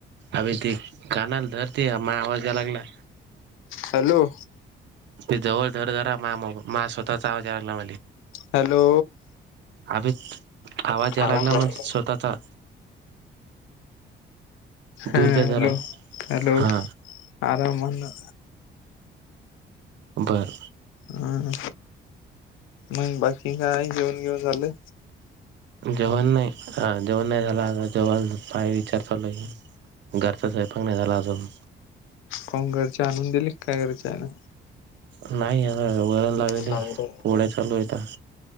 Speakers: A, on the right; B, on the left.
A: अभे ते कनाल धर ती ह महा आवाज यायला लागला.
B: हॅलो
A: ते जवळ धर जरा मा मा स्वतःचा आवाज यायला लागला
B: हॅलो
A: अभीत आवाज
B: हा
A: यायला लागला मग स्वतःचा.
B: हां
A: दूर जा
B: हॅलो
A: जरा
B: हॅलो
A: हा
B: आराम <unintelligible> ना
A: बर
B: हम्म मग बाकी काय जेवण बीवन झाल?
A: जेवण नाही हं जेवण नाही झाल अ जेवायला बाहेर विचार चालू आहे. घरचा स्वयंपाक नाही झाला अजून.
B: काहून घरचे आणून दिली काय घरचाला.
A: नाही आर वरण लावेलय
B: लागले
A: पोळ्या चालू आहेता.